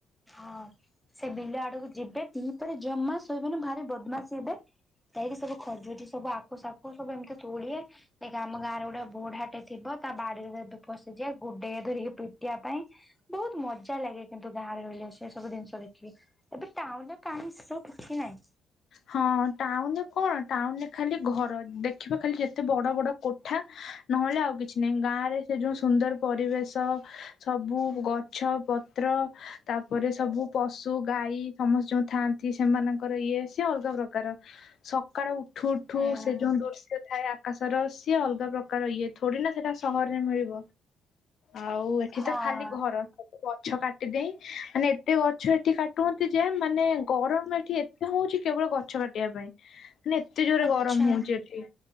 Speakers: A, in the centre; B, on the left (about 60°).
A: ହଁ ସେ ବିଲ ଆଡକୁ ଯିବେ ଦିପହରେ ଜମା ଶୋଇବେନି ଭାରି ବଦମାସି ହେବେ। ପାଇକି ସବୁ ଖଜୁରି ସବୁ ଆଖୁ ସାଖୁ ସବୁ ଏମିତି ତୋଳିବେ ଦେଖେ ଆମ ଗାଁରେ ଗୋଟେ ବୁଢାଟେ ଥିବ ତା ବାଡିରେ <unintelligible> ପସିଯିବେ ଗୁଡେଇବ ଧରିକି ପିଟିବା ପାଇଁ ବହୁତ୍ ମଜା ଲାଗେ କିନ୍ତୁ ଗାଁରେ ରହିଲେ ସେ ସବୁ ଜିନିଷ ଦେଖିକି ଏବେ ଟାଉନରେ କାହିଁ ସେ କିଛି ନାଇଁ
B: ହଁ ଟାଉନରେ କଣ ଟାଉନରେ ଖାଲି ଘର ଦେଖିବ ଖାଲି ଯେତେ ବଡ ବଡ- - କୋଠା ନହେଲେ ଆଉ କିଛି ନାହିଁ ଗାଁ ରେ ସେ ଯୋଉ ସୁନ୍ଦର ପରିବେଶ। ସବୁ ଗଛ ପତ୍ର ତାପରେ ସବୁ ପଶୁ ଗାଈ ସମସ୍ତେ ଯୋଉ ଥାଆନ୍ତି। ସେମାନଙ୍କ ଇଏ ସିଏ ଅଲଗା ପ୍ରକାର ସକାଳ ଉଠୁ ଉଠୁ
A: ହୁଁ
B: ସେ ଯୋଉ ଦୃଶ୍ୟ ଥାଏ। ଆକାଶର ସିଏ ଅଲଗା ପ୍ରକାର ଇଏ ଥୋଡି ନା ସେଟା ସହରରେ ମିଳିବ। ଆଉ ଏଠି
A: ହଁ
B: ତ ଖାଲି ଘର ସବୁ ଗଛ କାଟିଦେଇ ମାନେ ଏତେ ଗଛ ଏଠି କାଟି କାଟୁଛନ୍ତି ଯେ ମାନେ ଗରମ ଏଠି ଏତେ ହଉଛି କେବଳ ଗଛ କାଟିବା ପାଇଁ ମାନେ ଏତେ ଜୋରେ
A: ଆଚ୍ଛା
B: ଗରମ ହଉଚି ଏଠି